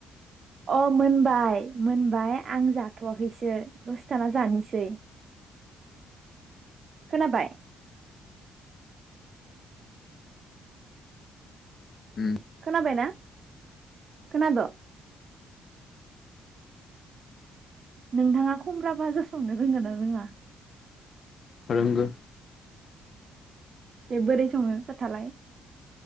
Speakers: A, on the right; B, on the left.
A: अ मोनबाय मोनबाय आं जाथ'वाखैसो दसे थाना जानिसै
B: <inaudible>
A: खोनाबाय
B: उम
A: खोनाबायना खोनाद' नोंथाङा खुमब्रा भाजा संनो रोंगोना रोङा
B: रोंगो
A: बेे बोरै सङो खोथालाय